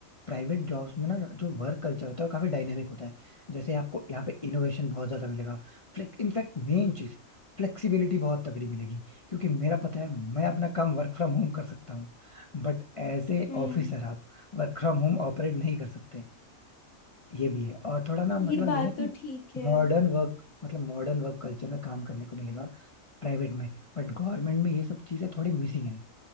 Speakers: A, on the left; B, on the left.
A: प्राइवेट जॉब्स में ना जो वर्क कल्चर होता है वो काफी डायनेमिक होता है जैसे आपको यहाँ पे इनोवेशन बहुत ज्यादा मिलेगा इनफैक्ट मेन चीज फ्लेक्सिबिलिटी बहुत तगड़ी मिलेगी क्योंकि मेरा पता है मैं अपना काम वर्क फ्रॉम होम कर सकता हूँ बट एज ए
B: हम्म
A: ऑफिसर आप वर्क फ्रॉम होम ऑपरेट नहीं कर सकते ये भी है और थोड़ा ना मतलब
B: ये बात
A: ये ना कि
B: तो ठीक है
A: modern work मतलब modern work culture में काम करने को मिलेगा प्राइवेट में बट गवर्नमेंट में ये सब चीजें थोड़ी मिसिंग है